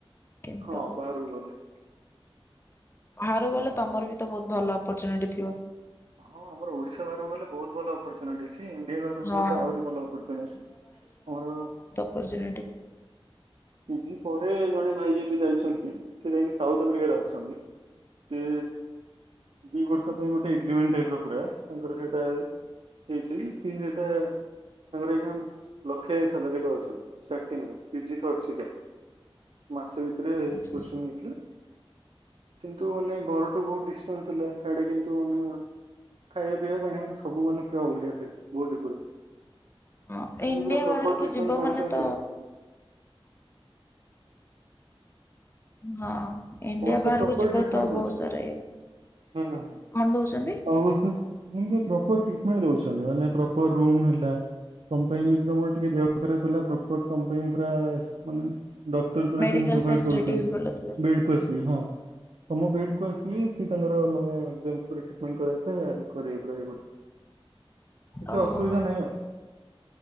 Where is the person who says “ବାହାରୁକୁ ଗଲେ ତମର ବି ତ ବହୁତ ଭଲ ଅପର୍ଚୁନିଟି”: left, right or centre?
Left